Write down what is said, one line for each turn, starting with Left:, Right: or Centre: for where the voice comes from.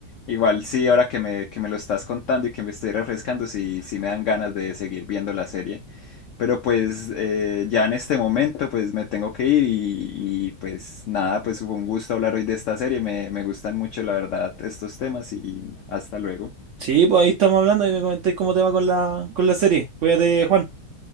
Left: igual sí, ahora que me, que me lo estás contando y que me estoy refrescando, sí, sí me dan ganas de seguir viendo la serie. Pero pues eh, ya en este momento pues me tengo que ir y, y, pues nada, pues fue un gusto hablar hoy de esta serie, me, me gustan mucho la verdad estos temas y hasta luego.
Right: Sí, pues ahí estamos hablando y me comentáis cómo te va con la, con la serie. Cuídate, Juan.